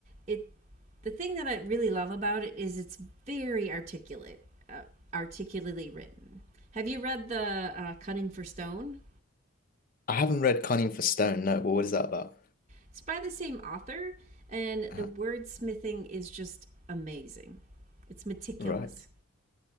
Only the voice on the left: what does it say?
I haven't read Cunning for Stone. No, well, what is that about?
Uh,
right.